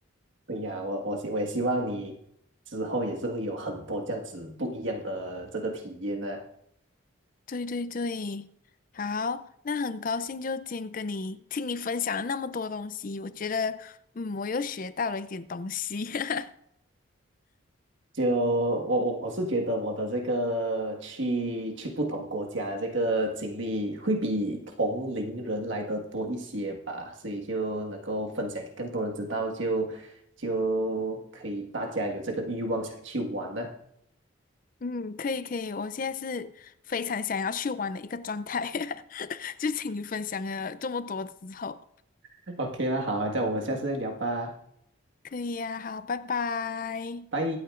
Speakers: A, on the right; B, on the left.
A: 对呀，我我希我也希望你之后也是会有很多这样子不一样的这个体验呢、
B: 对对对，好，那很高兴就今天跟你听你分享了那么多东西，我觉得嗯，我又学到了一点东西。<laughs>
A: 就我我我是觉得我的这个去去不同国家的这个经历会比同龄人来的多一些吧，所以就能够分享给更多人知道，就就可以大家有这个欲望想去玩呢、
B: 嗯，可以可以，我现在是非常想要去玩的一个状态，<laughs> 就请你分享了这么多之后，
A: <laughs> OK 啦，好啊，这样我们下次再聊吧，
B: 可以呀、好，拜拜。
A: 拜。